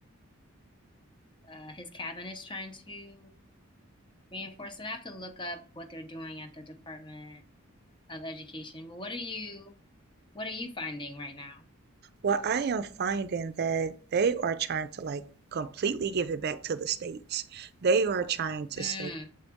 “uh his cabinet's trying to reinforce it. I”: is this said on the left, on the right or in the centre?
Left